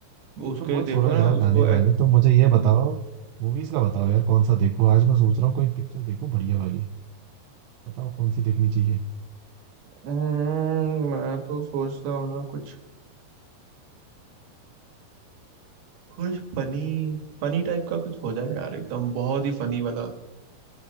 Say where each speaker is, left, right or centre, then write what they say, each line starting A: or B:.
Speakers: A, on the right; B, on the right.
A: उसके
B: तो वो
A: देखो
B: छोड़ो यार
A: ना उसको
B: गाने वाने
A: एक-
B: तो मुझे ये
A: हम्म
B: बताओ मूवीज का बताओ यार कौन सा देखूं आज मैं सोच रहा हूँ कोई पिक्चर देखूं बढ़िया वाली बताओ कौन सी देखनी चाहिए
A: हम्म, मैं तो सोचता हूँ ना कुछ कुछ फनी फनी टाइप का कुछ हो जाए यार एकदम बहुत ही फनी वाला